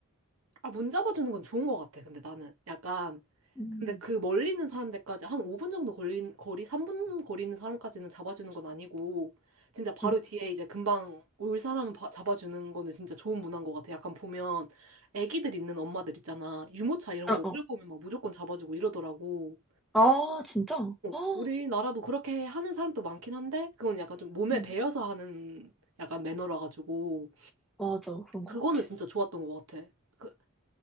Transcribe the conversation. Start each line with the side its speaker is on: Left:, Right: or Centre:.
Right: 아, 문 잡아주는 건 좋은 것 같아. 근데 나는 약간,
Centre: 음.
Right: 근데 그 멀리 있는 사람들까지 한 5분 정도 걸린, 거리, 3분 거리 있는 사람까지는 잡아주는 건 아니고, 진짜 바로
Centre: 응.
Right: 뒤에 이제 금방 올 사람 바- 잡아주는 거는 진짜 좋은 문화인 것 같아. 약간 보면 애기들 있는 엄마들 있잖아. 유모차 이런
Centre: 어,
Right: 거 끌고
Centre: 어.
Right: 오면 막 무조건 잡아주고 이러더라고.
Centre: 아, 진짜?
Right: 어,
Centre: 어,
Right: 우리나라도 그렇게 하는 사람도 많긴 한데, 그건 약간 좀 몸에
Centre: 응.
Right: 배어서 하는 약간 매너라 가지고,
Centre: 맞아. 그런 것
Right: 그거는
Centre: 같아.
Right: 진짜 좋았던 것 같아. 그